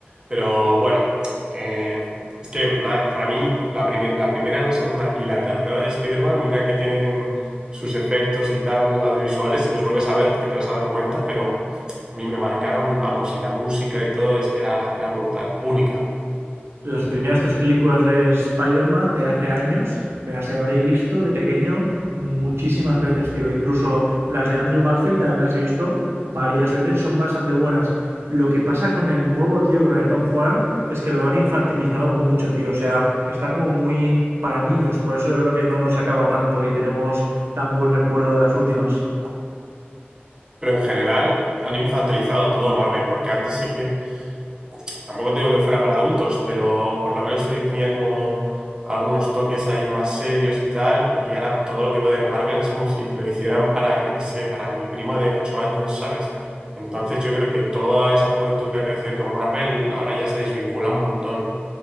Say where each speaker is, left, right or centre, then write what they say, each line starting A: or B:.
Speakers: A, on the right; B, on the right.
A: Pero bueno, que... es que na- para mí la, primer- la primera, la segunda y la tercera de Spider-Man, mira que tienen sus efectos y tal audiovisuales, si los vuelves a ver que te vas a dar cuenta, pero a mí me marcaron, vamos, y la música y todo es que era, era brutal, única.
B: las primeras tres películas de Spider-Man de hace años me las habré visto de pequeño muchísimas veces, tío. Incluso las de Andrew Garfield también me las he visto varias veces y son bastante buenas. Lo que pasa con el nuevo, tío, con el de Tom Holland, es que lo han infantilizado mucho, tío. O sea, está como muy para niños. Por eso yo creo que no nos acaba tanto y tenemos tan buen recuerdo de las últimas.
A: Pero en general han infantilizado todo Marvel, porque antes sí que tampoco digo que fuera para adultos, pero por lo menos tenía como algunos toques ahí más serios y tal, y ahora todo lo que veo de Marvel es como si lo hicieran para, yo qué sé, para mi primo de 8 años, ¿sabes? Entonces yo creo que toda esa juventud que ha crecido con Marvel ahora ya se desvincula un montón.